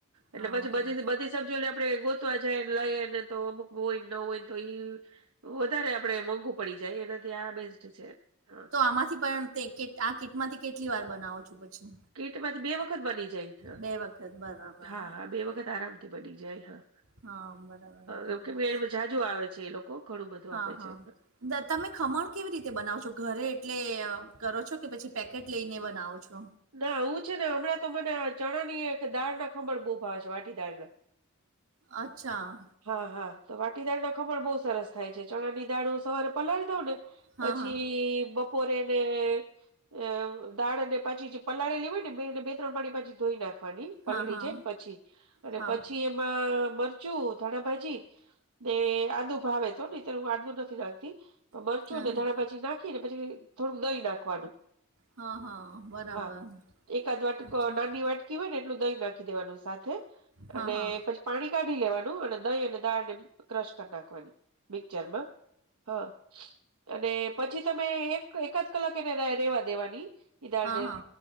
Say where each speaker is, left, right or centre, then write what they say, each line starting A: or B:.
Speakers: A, on the right (about 80°); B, on the right (about 65°).
A: એટલે
B: હા,
A: પછી બધી
B: હા.
A: બધી સબજી આપડે ગોતવા જાય ને લઈએ ને તો અમુક હોય ને ન હોય તો ઈ વધારે આપણે મોંઘું પડી જાય એનાથી આ બેસ્ટ છે હા.
B: પામાથી પણ તે આ કીટ માંથી કેટલી વાર બનાવો છો પછી.
A: કીટમાંથી બે વખત બની જાય હા
B: બે વખત. બરાબર,
A: હા હા
B: બરાબર.
A: બે વખત આરામથી બની જાય હા.
B: હા, બરાબર, બરાબર.
A: હ એમ કે બે બ જાજુ આવે છે એ લોકો ઘણું બધું
B: હા,
A: આપે
B: હા.
A: છે.
B: તમે ખમણ કેવી રીતે બનાવો છો ઘરે એટલે કરો છો કે પછી પેકેટ લઈને બનાવો છો.
A: ના હું છે ને હમણાં તો મને ચણાની એક દાળ ના ખમણ બહુ ભાવે છે વાટી દાળના.
B: અચ્છા.
A: હા હા તો વાટી દાળ ના ખમણ બહુ સરસ થાય છે ચણા ની દાળ સવારે પલાળી દઉં ને
B: હા,
A: પછી
B: હા.
A: બપોરેને અ દાળને પછી પલાળેલી હો ને બેને બે ત્રણ પાણી પાછી ધોઈ નાખે ની પલળી
B: હા, હા.
A: જાયને પછી અને
B: હા.
A: પછી એમાં મ ધાણાભાજી ને આંદુ ભાવે તો નીત્યારે હું આંદુ નથી નાખતી મરચું
B: હા, હા.
A: ને ધાણા ભાજી નાખી ને પછી થોડું દહીં નાખવાનું.
B: હા હા બરાબર.
A: હા એકાદ વાટક
B: અચ્છા
A: નાની વાટકી હોય ને એટલું દહી નાખી દેવાનું સાથે
B: હા
A: અને
B: હા
A: પછી પાણી કાઢી લેવાનું અને દહી અને દાળને ક્રશ કરી નાખવાની મિક્ચર માં હા. અને પછી તમે એક એકદ કલાક એને રેવા દેવાની એધાને
B: હા હા